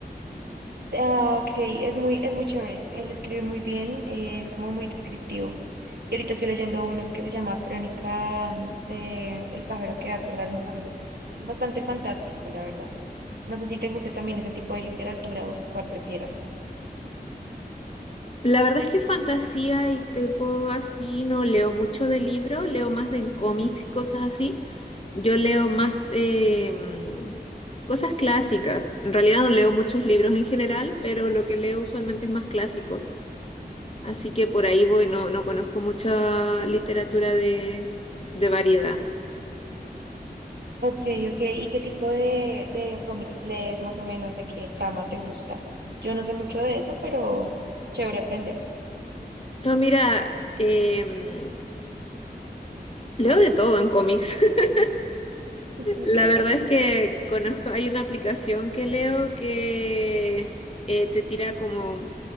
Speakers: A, on the right; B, on the left.
A: Ah, ok, es muy, es muy chévere, él escribe muy bien, eh, es como muy descriptivo. Y ahorita estoy leyendo uno que se llama Crónica mm, de El pájaro que da cuerda al mundo. Es bastante fantástico, la verdad. No sé si te guste también ese tipo de literatura o cuál prefieras.
B: La verdad es que fantasía y tipo así no leo mucho de libro, leo más de en cómics
A: Okay.
B: y cosas así. Yo leo más eh, mm, cosas clásicas. En realidad no leo muchos libros en general, pero lo que leo usualmente es más clásicos. Así que por ahí voy, no, no conozco mucha literatura de, de variedad.
A: Ok, ok. ¿Y qué tipo de, de cómics lees más o menos? ¿De qué trama te gusta? Yo no sé mucho de eso, pero chévere aprender.
B: No, mira, em, leo de todo en cómics. <laughs>
A: <laughs>
B: La
A: Ok,
B: verdad es que conozco, hay una aplicación que leo que eh, te tira como